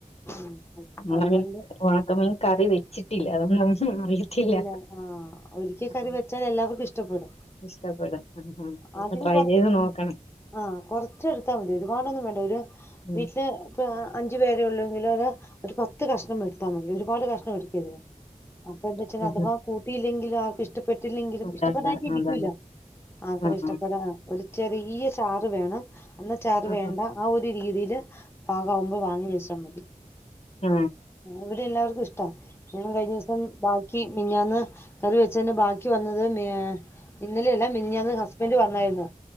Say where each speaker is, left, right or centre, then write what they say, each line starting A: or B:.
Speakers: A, on the left; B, on the left.
A: ഉം.
B: നമ്മളങ്ങനെ
A: അതുകൊണ്ട്
B: ഉണക്കമീൻ കറി വെച്ചിട്ടില്ല അതൊണ്ടാന്ന് അറിയത്തില്ല
A: ഇല്ല ആ ഒരിക്കൽ
B: ആ
A: കറി വെച്ചാൽ എല്ലാവർക്കും ഇഷ്ടപ്പെടും.
B: ഇഷ്ടപ്പെടും ഹ്ം ഇന്ന്
A: ആദ്യം
B: ട്രൈ ചെയ്ത് നോക്കണം
A: ആ കൊറച്ച് എടുത്താ മതി ഒരുപാടൊന്നും വേണ്ട ഒരു
B: ഉം
A: വീട്ടില് ഇപ്പ് അഞ്ചു പേരെ ഉള്ളൂങ്കില് ഒരു പത്ത് കഷ്ണം എടുത്താ മതി ഒരു ഒരുപാട് കഷ്ണം എടുക്കരുത് അപ്പ എന്താ വെച്ചാൽ
B: ആഹ് ആഹ് ആഹാ.
A: അഥവാ കൂട്ടിയില്ലെങ്കില് ആർക്കും ഇഷ് ഇഷ്ടപ്പെട്ടില്ലെങ്കിലും
B: അതെ
A: ഇഷ്ടപ്പെടാതിരിക്കൂല്ല
B: അതെ അതന്നെ
A: ആർക്കാ
B: ആഹ്
A: ഇഷ്ടപ്പെടാന ഒരു ചെറിയ ചാറ് വേണം എന്ന ചാറ്
B: ആഹ്
A: വേണ്ട ആ ഒരു രീതിൽ പാകം ആകുമ്പോൾ വാങ്ങി വെച്ചാൽ മതി
B: ആ
A: ഇവിടെ എല്ലാവർക്കും ഇഷ്ടാ ഞങ്ങള് കഴിഞ്ഞ ദിവസം ബാക്കി മിഞ്ഞാന്ന് കറി വെച്ചതിൻ്റ ബാക്കി വന്നത് ഇന്നലെല്ല മിനിഞ്ഞാന്ന് ഹസ്ബെന്റ് വന്നായിരുന്നു